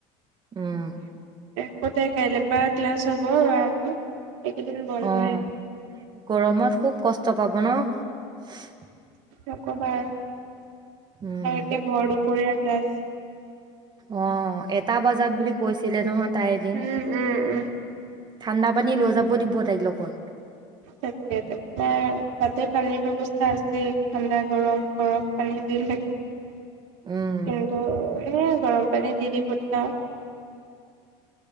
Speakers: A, on the right; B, on the right.
A: উম
B: অ', তাইৰ কাইলেৰ পৰা ক্লাছ হ'ব আৰু এইকেইদিন বন্ধই
A: অ' গৰমত খুব কষ্ট পাব ন। <unintelligible>
B: নকবা আৰু। সেই
A: উম
B: একে ভৰ দুপৰীয়াাৰ ক্লাছ।
A: অ' এটা বজাত বুলি কৈছিলে নহয় তাই এদিন।
B: উম উম উম
A: ঠাণ্ডা পানী লৈ যাব দিব তাইক লগত
B: তাকে তাকে তাতে পানীৰ ব্যৱস্থা আছে ঠাণ্ডা, গৰম, বৰফ পানী যি লাগে।
A: উম
B: কিন্তু এ গৰম পানী দি দি পঠিয়াও।